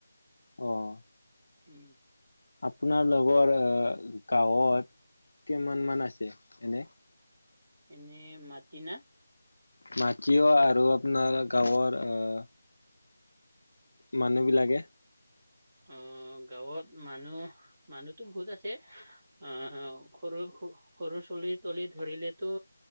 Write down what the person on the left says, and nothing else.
অঁ।
আপোনাৰ লগৰ গাঁৱত কেইমান মান আছে এনে?
মাটিও আৰু আপোনাৰ গাঁৱৰ আহ মানুহ বিলাকে